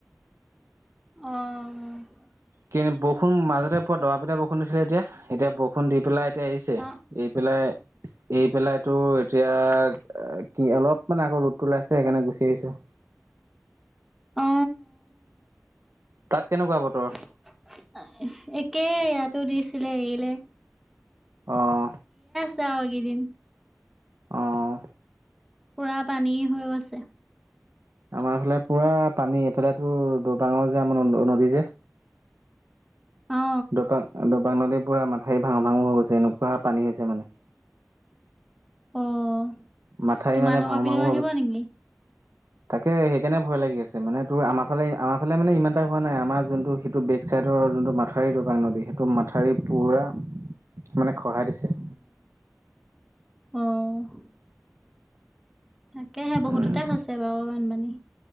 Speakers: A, in the centre; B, on the right.
A: অহ
B: কি বৰষুণ মাজতে পোৱা দবা-পিটা বৰষুণ দিছিলে এতিয়া-এতিয়া বৰষুণ দি পেলাই এতিয়া এৰিছে,
A: অ
B: এই পেলাই, এই পেলাই তো এতিয়া এ কি অলপ মানে আকৌ ৰ'দটো ওলাইছে সেইকাৰণে গুচি আহিছো।
A: অ
B: তাত কেনেকুৱা বতৰ
A: <inaudible> একে ইয়াতো দিছিলে এৰিলে।
B: অহ।
A: চাও এইকেইদিন
B: অহ
A: পুৰা পানী হৈও আছে।
B: আমাৰফালে পুৰা পানী, এইফালে তো দবাঙৰ যে আমাৰ নদী যে।
A: অ
B: দপা- দপাং নদীৰ পুৰা মাথাউৰি ভাঙো-ভাঙো হৈ গৈছে এনেকুৱা পানী হৈছে মানে।
A: অহ,
B: মাথাউৰি
A: তোমালোকৰ
B: মানে ভাঙো
A: পিনেও
B: ভাঙো হৈ
A: আহিব
B: গৈছে।
A: নেকি?
B: তাকে সেইকাৰণে ভয় লাগি আছে মানে তোৰ আমাৰ ফালে-আমাৰ ফালে মানে ইমান এটা হোৱা নাই, আমাৰ যোনটো সেইটো বেক-চাইডৰ যোনটো মাথাউৰি দৰপাং নদী, সেইটো মাথাউৰি পুৰা মানে খহাই দিছে।
A: অহ। তাকেহে বহুততে
B: উম
A: হৈছে বাৰু বানপানী।